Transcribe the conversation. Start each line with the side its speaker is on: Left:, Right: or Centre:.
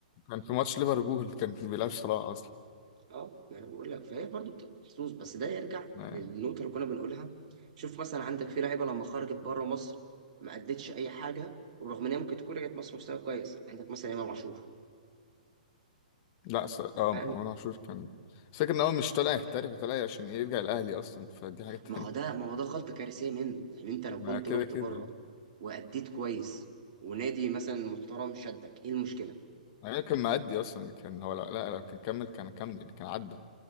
Left: كان في ماتش ليفربول كان بيلعب صلاح أصلا
Right: اه ما انا بقول لك فهي برضه بتبقى محظوظ بس ده يرجع
Left: يعني.
Right: للنقطه اللي كنا بنقولها شوف مثلا عندك في لعيبه لما خرجت بره مصر ما ادتش اي حاجه ورغم ان هي ممكن تكون رجعت مصر مستوى كويس عندك مثلا امام عاشور
Left: لا ص... اه
Right: أنا-
Left: مروان عاشور كان فكرة إن هو مش طالع يحترف طالع عشان يرجع الأهلي أصلا فدي حاجة تانية
Right: ما هو ده ما هو ده غلطه كارثيه منه يعني انت لو
Left: مع
Right: كنت
Left: كده
Right: رحت
Left: كده
Right: بره واديت كويس ونادي مثلا محترم شدك ايه المشكله؟
Left: يعني كان معدي اصلا كان هو لو لا لو كان كمل كان كمل كان عدى